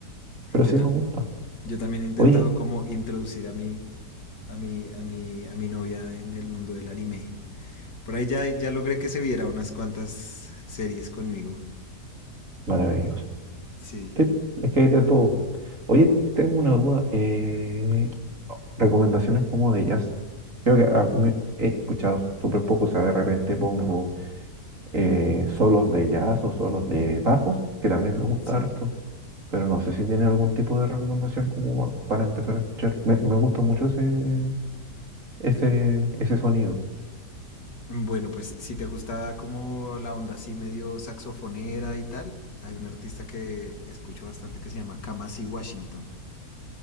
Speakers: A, on the right; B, on the left.
A: pero
B: Yo,
A: sí
B: ta-
A: me gusta.
B: yo también he intentado
A: Oye,
B: como introducir a mi, a mi, a mi, a mi novia en el mundo del anime. Por ahí ya, ya logré que se viera unas cuantas series conmigo.
A: maravilloso.
B: Sí,
A: Sí, es que hay de todo. Oye, tengo una duda. eh, recomendaciones como de jazz. Creo que a mí he escuchado súper poco, o sea, de repente pongo eh, solos de jazz o solos de bajos, que también me gusta
B: sí.
A: harto, pero no sé si tiene algún tipo de recomendación como pa- para empezar a escuchar. Me, me gusta mucho ese, ese, ese sonido.
B: Bueno, pues si te gusta como la onda así medio saxofonera y tal, hay un artista que escucho bastante que se llama Kamasi Washington.